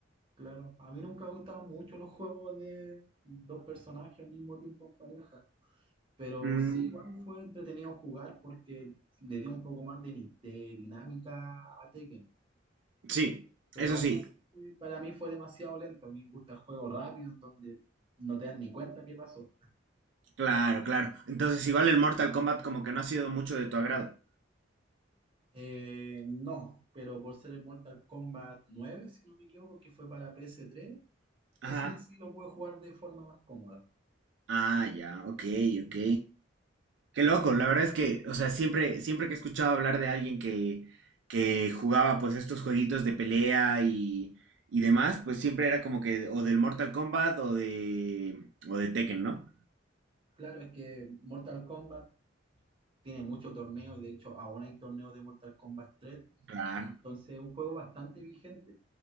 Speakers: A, on the right (about 25°); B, on the right (about 65°).
A: Claro, a mí nunca me gustaron mucho los juegos de dos personajes al mismo tiempo en pareja, pero
B: Mm,
A: sí, igual fue entretenido jugar porque le dio un poco más de, ni- de dinámica a Tekken,
B: sí,
A: pero
B: eso
A: aún
B: sí,
A: así para mí fue demasiado lento, a mí me gusta el juego rápido en donde no te das ni cuenta qué pasó.
B: claro, claro. Entonces, igual el Mortal Kombat como que no ha sido mucho de tu agrado.
A: Eh, no, pero por ser el Mortal Kombat nueve, si no me equivoco, que fue para PS3,
B: Ajá.
A: ese sí lo puedo jugar de forma más cómoda.
B: Ah, ya, ok, ok. Qué loco, la verdad es que, o sea, siempre, siempre que he escuchado hablar de alguien que, que jugaba pues estos jueguitos de pelea y, y demás, pues siempre era como que o del Mortal Kombat o de, o de Tekken, ¿no?
A: Claro, es que Mortal Kombat tiene muchos torneos y de hecho aún hay torneos de Mortal Kombat 3,
B: Claro.
A: entonces es un juego bastante vigente,